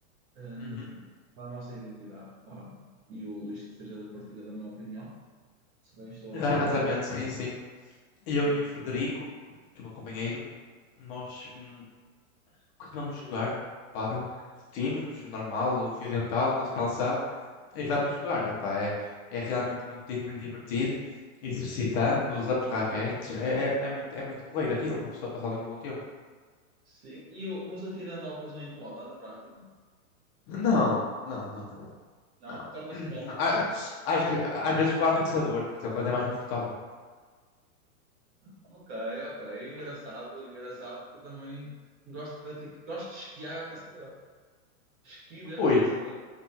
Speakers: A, on the right; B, on the left.
A: eh,
B: uhum.
A: nos- com a nossa identidade, claro. E o Luís seja partilha da minha opinião, se bem estou
B: Exatamente,
A: a conseguir,
B: sim, sim. Eu
A: não
B: e
A: é?
B: o Frederico, que é o meu companheiro, nós hum, costumamos jogar pádel. Vestimos-nos normal, fio dental, nosso calção. e vamos jogar. Epá, é, é realmente muito, di- muito divertido. Exercitamos, usamos raquetes. É, é, é muito, é muito porreiro aquilo, uma pessoa passar ali um bom tempo.
A: Sim, e o, mas a fio dental depois não incomoda na prática?
B: Não, não, não, não.
A: Não? Torna-se
B: <clears throat>
A: prático?
B: Não, a- Às, ve- às vezes vou a caçador, por exemplo, ainda é mais confortável.
A: Ok, ok, engraçado, engraçado, porque eu também gosto de praticar, gosto de esquiar à caçadora. Esqui mesmo
B: Ui,
A: à caçadora,